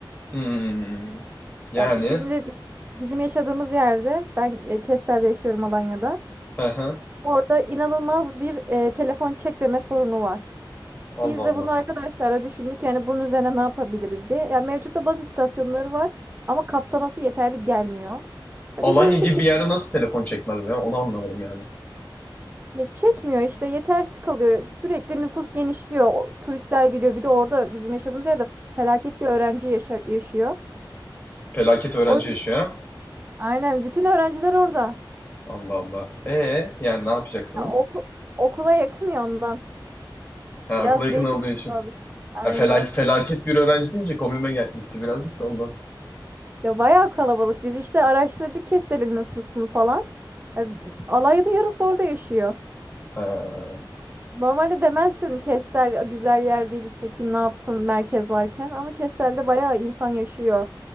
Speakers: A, on the left (about 20°); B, on the right (about 25°).
A: Hmm. Yani
B: Ya şimdi bi- bizim yaşadığımız yerde ben e, Kestel'de yaşıyorum Alanya'da.
A: hı hı.
B: Orada inanılmaz bir e, telefon çekmeme sorunu var.
A: Allah
B: Biz
A: Allah.
B: de bunu arkadaşlara düşündük yani bunun üzerine ne yapabiliriz diye. Yani mevcutta baz istasyonları var ama kapsaması yeterli gelmiyor. Ya
A: Alanya
B: Biz de dedik
A: gibi
B: ki
A: bir yerde nasıl telefon çekmez ya? Onu anlamadım yani.
B: "Ya çekmiyor işte yetersiz kalıyor. Sürekli nüfus genişliyor. o- Turistler geliyor. Bir de orada bizim yaşadığımız yerde felaket bir öğrenci yaşa- yaşıyor.
A: Felaket öğrenci
B: O yüzden-
A: yaşıyor.
B: aynen bütün öğrenciler orada.
A: Allah Allah. E yani ne yapacaksınız?
B: Ya oku- okula yakın ya ondan.
A: Ha,
B: Biraz
A: okula yakın
B: değişik
A: olduğu
B: bir
A: için.
B: şey oldu. Aynen.
A: Ya felak- felaket bir öğrenci deyince komiğime gel- gitti birazcık da ondan.
B: Ya bayağı kalabalık. Biz işte araştırdık Kestel'in nüfusunu falan. Ya, Alanya'da yarısı orada yaşıyor.
A: Ha,
B: Normalde demezsin Kestel güzel yer değil işte kim ne yapsın merkez varken. Ama Kestel'de bayağı insan yaşıyor.